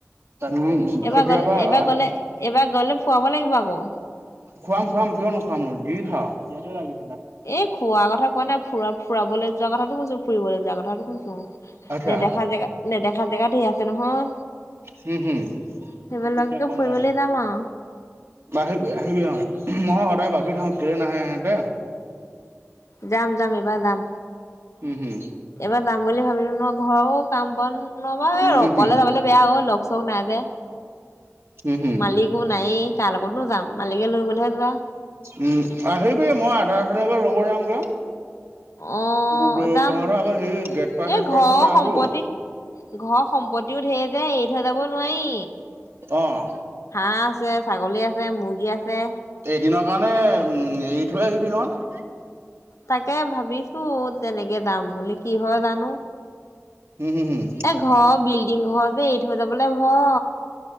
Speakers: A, on the right; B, on the left.
A: উম,
B: এইবাৰ
A: কেতিয়াবা
B: গলে এইবাৰ
A: আহ
B: গলে এইবাৰ গলে ফুৰাব লাগিব আকৌ
A: খুৱাম খুৱাম কিয় নোখুৱাম নো যি খাওঁ ইতে লি
B: এই খোৱা কথা কোৱা নাই ফুৰা ফুৰাবলৈ যোৱা কথাটো কৈছো ফুৰিব যোৱা কথাটো কৈছো
A: আচ্ছা
B: নেদেখা জেগা নেদেখা জেগা ধেৰ আছে নহয়
A: হুম হুম
B: সেইবিলাকে
A: এতিয়া কম
B: ফুৰি
A: নি
B: মেলি যাম আৰু।
A: আহিবি আহিবি মই সদায় ভাবি কিৰে নাহে হেতে
B: যাম যাম এইবাৰ যাম
A: হুম হুম
B: এইবাৰ যাম বুলি ভাবিলো মই ঘৰৰ কাম বন নবা অকলে
A: হুম হুম
B: যাবলে বেয়া অ লগ চগ নাই যে
A: উম হ
B: মালিকো নায়েই কাৰ লগতনো যাম মালিকে লৈ গ'লেহে যোৱা।
A: উম আহিবি মই আধা ৰাস্তালেকে লব যাম যে
B: অ
A: কি বোলে
B: যাম
A: তহঁত আকৌ হেৰি গেট পাছ
B: এ
A: চেট
B: ঘৰৰ
A: পাছ নাইটো
B: সম্পত্তি ঘৰৰ সম্পত্তিও ঢেৰ যে এৰি থৈ যাব নোৱাৰি
A: অহ
B: হাহ আছে ছাগলী আ ছে মুৰ্গী আছে
A: দিনৰ কাৰণে এৰি থৈ আহিবিহঁত
B: তাকে ভাবিছো তেনেকে যাম বুলি কি হয় জানো
A: হুম হুম হুম
B: এ ঘৰ বিল্ডিং ঘৰ যে এই থৈ যাবলে অ